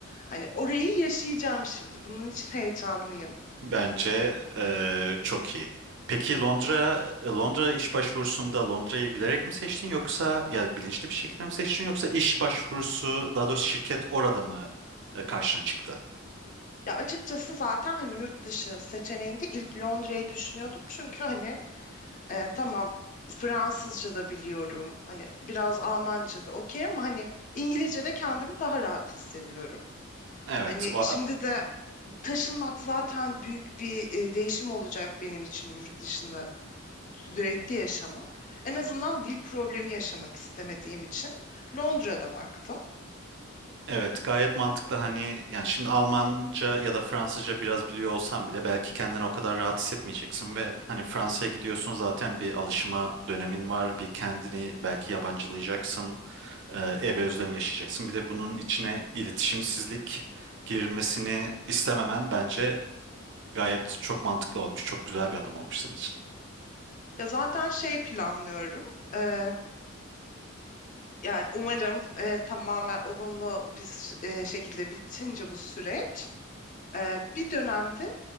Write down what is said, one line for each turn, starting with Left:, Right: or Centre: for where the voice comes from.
Left: Hani orayı yaşayacağım şimdi. Bunun için heyecanlıyım.
Right: Bence eee, çok iyi. Peki Londra e, Londra iş başvurusunda Londra'yı bilerek mi seçtin yoksa ya bilinçli bir şekilde mi seçtin yoksa iş başvurusu daha doğrusu şirket orada mı e, karşına çıktı?
Left: Ya açıkçası zaten hani yurt dışı seçeneğinde ilk Londra'yı düşünüyordum. Çünkü hani e, tamam Fransızca da biliyorum. Hani biraz Almanca da okey ama hani İngilizce de kendimi daha rahat hissediyorum.
Right: Evet,
Left: Hani
Right: o
Left: şimdi de taşınmak zaten büyük bir e, değişim olacak benim için yurt dışında sürekli yaşamak. En azından dil problemi yaşamak istemediğim için Londra'da baktım.
Right: Evet, gayet mantıklı hani yani şimdi Almanca ya da Fransızca biraz biliyor olsan bile belki kendini o kadar rahat hissetmeyeceksin ve hani Fransa'ya gidiyorsun zaten bir alışma dönemin var bir kendini belki yabancılayacaksın e, ev özlemi yaşayacaksın bir de bunun içine iletişimsizlik girmesini istememen bence gayet çok mantıklı olmuş çok güzel bir adım olmuş senin için.
Left: Ya zaten şey planlıyorum. Eee, yani umarım eee, tamamen olumlu bir sü- eee, şekilde bitince bu süreç eee, bir dönemde